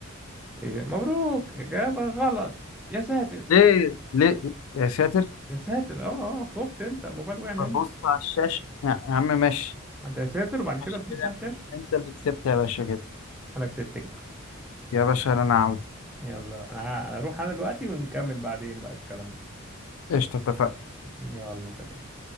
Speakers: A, in the centre; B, on the left.
A: إيه؟ مبروك إجابة غلط يا ساتر
B: ليه ليه يا ساتر
A: يا ساتر اه اه خفت أنت الموبايل وقع منك
B: ببص على الشاشة يا يا عم ماشي
A: ما أنت يا ساتر وبعد كده
B: ماشي
A: تبص
B: كده
A: على الشاشة
B: انت اللي كسبت يا باشا كده
A: أنا كسبت كده
B: يا باشا انا عاود
A: يلا انا ه- هروح انا دلوقتي ونكمل بعدين بقى الكلام
B: قشطة اتفقنا
A: يلا سلام